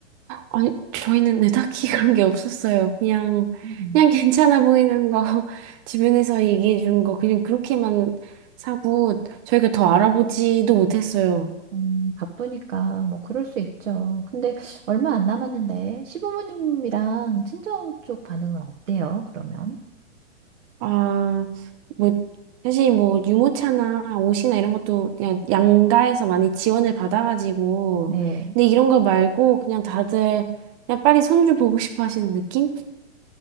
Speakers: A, on the right; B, on the right.
A: 아니 저희는 네, 딱히 그런 게 없었어요. 그냥
B: 음.
A: 그냥 괜찮아 보이는 거 <laughs> 주변에서 얘기해 준 거 그냥 그렇게만 사고 저희가 더 알아보지도 못했어요.
B: 음, 바쁘니까 뭐 그럴 수 있죠. 근데 얼마 안 남았는데 시부모님이랑 친정 쪽 반응은 어때요? 그러면?
A: 아, 뭐, 사실 뭐, 유모차나 옷이나 이런 것도 그냥 양가에서 많이 지원을 받아가지고.
B: 네.
A: 근데 이런 거 말고 그냥 다들 그냥 빨리 손주 보고 싶어 하시는 느낌?